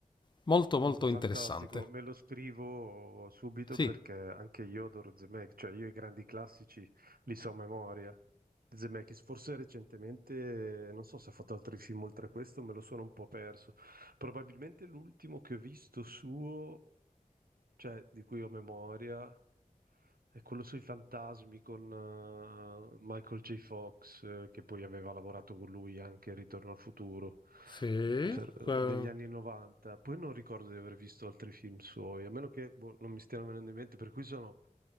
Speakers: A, on the left; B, on the right.
A: Molto molto
B: No, fantastico,
A: interessante.
B: me lo scrivo subito
A: Sì.
B: perché anche io adoro Zemeckis, cioè io i grandi classici li so a memoria. Zemeckis, forse recentemente, non so se ha fatto altri film oltre a questo, me lo sono un po' perso. Probabilmente l'ultimo che ho visto suo cioè, di cui ho memoria, è quello sui fantasmi con eh, Michael J. Fox, eh, che poi aveva lavorato con lui anche in Ritorno al futuro,
A: Sì,
B: eh, per- eh,
A: que-
B: degli anni 90. Poi non ricordo di aver visto altri film suoi, a meno che boh, non mi stiano venendo in mente, per cui sono...